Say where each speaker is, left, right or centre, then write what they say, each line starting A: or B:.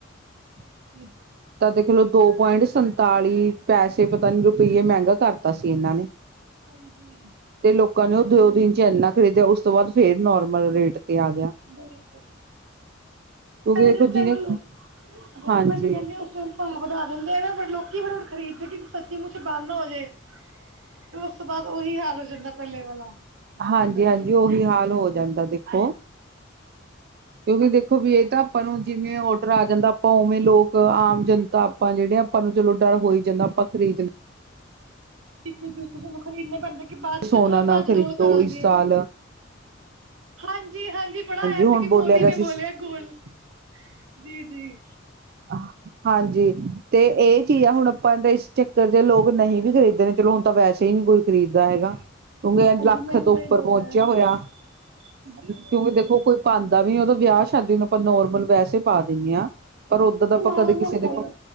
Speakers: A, on the right; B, on the right.
A: <unintelligible>
B: ਤਾਂ ਦੇਖਲੋ ਦੋ ਪੁਆਇੰਟ ਸੰਤਾਲੀ ਪੈਸੇ ਪਤਾ ਨੀ ਰੁਪਈਏ ਮਹਿੰਗਾ ਕਰਤਾ ਸੀ ਇਹਨਾਂ ਨੇ
A: ਹਾਂਜੀ
B: ਤੇ ਲੋਕਾਂ ਨੇ ਉਹ ਦੋ ਤਨ ਚ ਇੰਨਾ ਖਰੀਦਿਆ ਉਸ ਤੋਂ ਬਾਅਦ ਫੇਰ ਨੋਰਮਲ ਰੇਟ ਤੇ ਆ ਗਿਆ
A: ਬਿਲੁਲੁ
B: ਕਿਉਂਕਿ ਦੇਖੋ
A: ਜਿਸ
B: ਜਿਹਨੇ
A: ਟਾਈਮਲ ਗੌਰਮੈਂਟ
B: ਹਾਂਜੀ
A: ਕਹਿੰਦੇ ਉਸ ਟਾਈਮ ਭ ਵਧਾ ਦਿੰਦੇ ਨਾ ਲੋਕੀ ਬੁਣ ਖਰੀਦਦੇ ਕਿ ਸੱਚੀ ਮੁੱਚੇ ਬੰਦ ਨਾ ਹੋ ਜੇ ਫਿਰ ਉਸ ਤੋਂ ਬਾਅਦ ਉਹੀ ਹਾਲ ਹੋ ਜਾਂਦਾ ਪੱਲੇ ਵਾਲਾ
B: ਹਾਂਜੀ ਹਾਂਜੀ ਉਹੀ ਹਾਲ ਹੋ ਜਾਂਦਾ ਦੇਖੋ ਕਿਉਂਕਿ ਦੇਖੋ ਵੀ ਇਹ ਤਾਂ ਆਪਾਂ ਨੂੰ ਜਿਵੇਂ ਔਡਰ ਆ ਜਾਂਦਾ ਆਪਾਂ ਉਵੇਂ ਲੋਕ ਆਮ ਜਨ ਤਾਂ ਆਪਾਂ ਜਿਹੜੇ ਆਪਾਂ ਨੂੰ ਚਲੋ ਡਰ ਹੋ ਹੀ ਜਾਂਦਾ ਆਪਾਂ ਖਰੀ ਜਾਂਦੇ
A: ਟਿਫ ਬਿਲਕਲ ਸਾਨੂੰ ਖਰੀਦਣਾ ਪੈਂਦਾ ਕਿ ਬਾਅਦ
B: ਸੋਨਾ
A: ਚ ਕਿੱਥੋਂ
B: ਨਾ
A: ਭੱਜ
B: ਖਰੀਦੋ
A: ਰੋਲ ਕਰਾਂਗੇ
B: ਇਸ ਸਾਲ
A: ਹਾਂਜੀ ਹਾਂਜੀ ਬਣਾਇਆ
B: ਹੁਣ
A: ਸੀ ਕਿ
B: ਬੋਲਿਆ
A: ਮੋਦੀ
B: ਗਿਆ
A: ਨੇ ਬੋਲਿਆ
B: ਸੀ
A: ਗੋਲ ਜੀ ਜੀ
B: ਆਹ ਹਾਂਜੀ ਤੇ ਇਹ ਚੀਜ਼ ਆ ਹੁਣ ਆਪਾਂ ਤਾਂ ਇਸ ਚੱਕਰ ਜ ਲੋਕ ਨਹੀਂ ਵੀ ਖਰੀਦੇ ਨੇ ਚਲੋ ਹੁਣ ਤਾਂ ਵੈਸੇ ਹੀ ਨੀ ਕੋਈ ਖਰੀਦਦਾ ਹੈਗਾ ਕਿਉਂਕਿ
A: ਹਾਂਜੀ
B: ਲੱਖ
A: ਮਹਿੰਗਾਈ
B: ਤੋਂ ਉੱਪਰ
A: ਬੜਾ
B: ਪਹੁੰਚਿਆ
A: ਹੈ
B: ਹੋਇਆ
A: ਜੀ
B: ਕਿਉਂਕਿ
A: ਬਿਲਕੁਲ
B: ਦੇਖੋ ਕੋਈ ਪਾਉਂਦਾ ਵੀ ਉਹਦੋਂ ਵਿਆਹ ਸ਼ਾਦੀ ਨੂੰ ਆਪਾਂ ਨੋਰਮਲ ਵੈਸੇ ਪਾ ਦਿੰਦੇ ਹਾਂ ਪਰ ਉਦਾਂ ਦਾ ਆਪਾਂ
A: ਮਾੜਾ
B: ਕਦੇ ਕਿਸੇ
A: ਮੋਟਾ
B: ਨੇ
A: ਈ